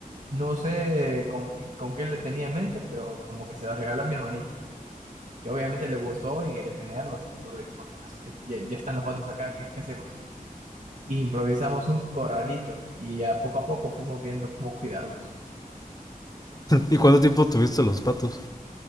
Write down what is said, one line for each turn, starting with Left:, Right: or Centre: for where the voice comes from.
Right: No sé con, qué- con qué le tenía en mente, pero como que se los regaló a mi hermanita, que obviamente le gustó y quería tenerlos. Y nosotros dijimos, "Ah, su que ya, ya están los patos acá, ¿qué, qué hacemos? Y improvisamos un corralito y a poco a poco fuimos viendo cómo cuidarlos.
Left: ¿Y cuánto tiempo tuviste los patos?